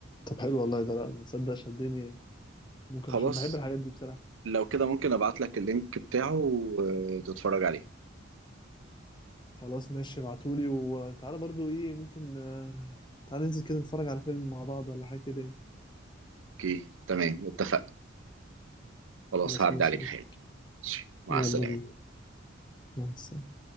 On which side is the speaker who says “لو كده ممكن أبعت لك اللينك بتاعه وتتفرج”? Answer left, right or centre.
Right